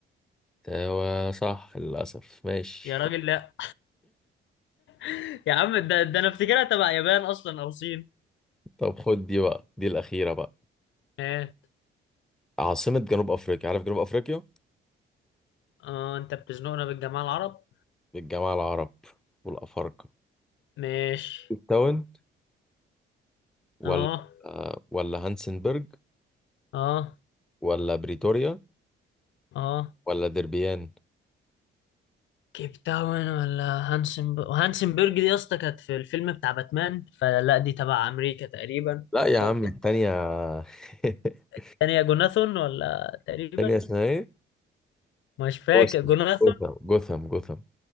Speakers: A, in the centre; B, on the left.
A: أوتاوا صح للأسف ماشي
B: يا راجل لا <laughs> يا عم ده, ده انا افتكرها تبع يابان اصلا او صين
A: <laughs> طب خد دي بقى دي الأخيرة بقى
B: آه.
A: عاصمة جنوب أفريقيا عارف جنوب أفريقيا؟
B: اه انت بتزنقنا بالجماعة العرب
A: الجماعة العرب والأفارقة
B: ماشي
A: كيب تاون ولا
B: اه
A: ولا هانسنبرج
B: اه
A: ولا بريتوريا
B: اه
A: ولا دربيان
B: كيب تاون ولا هانسن هانسنبرج دي يا اسطى كانت في الفيلم بتاع باتمان فلا دي تبع امريكا تقريبا
A: لا يا عم
B: فانت
A: التانية <laughs>
B: الثانية جوناثون ولا تقريبا
A: التانية اسمها ايه؟
B: مش فاكر
A: جوثام
B: جوناثون
A: جوثام جوثام جوثام